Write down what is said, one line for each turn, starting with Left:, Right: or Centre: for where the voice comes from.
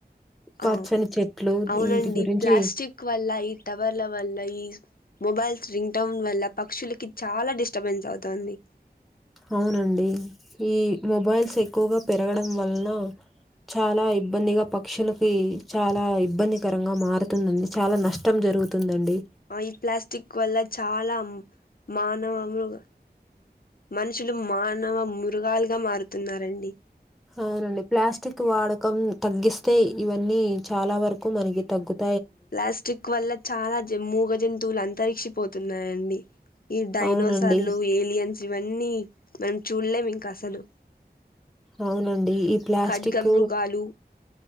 Centre: పచ్చని
Left: ఆ
Centre: చెట్లు
Left: అవునండి
Centre: వీటి గురించి
Left: ప్లాస్టిక్ వల్ల ఈ టవర్ల వల్ల ఈ మొబైల్స్ రింగ్ టౌన్ వల్ల పక్షులకి చాలా డిస్టర్బెన్స్ అవుతుంది
Centre: అవునండి. ఈ మొబైల్స్ ఎక్కువగా పెరగడం వలన చాలా ఇబ్బందిగా పక్షులకి, చాలా ఇబ్బందికరంగా మారుతుందండి చాలా నష్టం జరుగుతుందండి.
Left: ఆ ఈ ప్లాస్టిక్ వల్ల చాలా మానవ మృగ మనుషులు, మానవ మృగాలుగా మారుతున్నారండి.
Centre: అవునండి. ప్లాస్టిక్ వాడకం తగ్గిస్తే ఇవన్నీ చాలా వరకు మనకి తగ్గుతు
Left: ప్లాస్టిక్ వల్ల చాలా జమ్మూ మూగ జంతువు తువులు అంతరించి పోతున్నాయండి ఈ డైనోసార్లు
Centre: అవునండి
Left: ఏలియన్స్ జీవన్ని మనం చూడలేము ఇంకా అసలు
Centre: అవునండి ఈ ప్లాస్టిక్
Left: ఖడ్గ మృగాలు